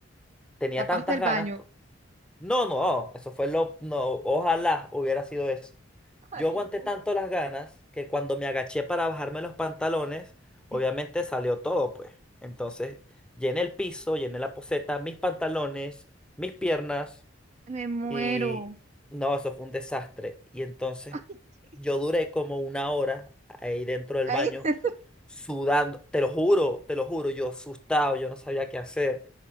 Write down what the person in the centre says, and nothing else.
tenía
tantas
ganas. No, no, eso fue lo... No, ojalá hubiera sido eso.
Yo aguanté
tanto las ganas que cuando me agaché para bajarme los pantalones, obviamente
salió todo, pues. Entonces, llené el piso, llené la poceta, mis pantalones, mis piernas
y no, eso fue un desastre. Y entonces
yo duré como una hora ahí dentro del
baño
sudando, te lo juro, te lo juro, yo asustado, yo no sabía qué hacer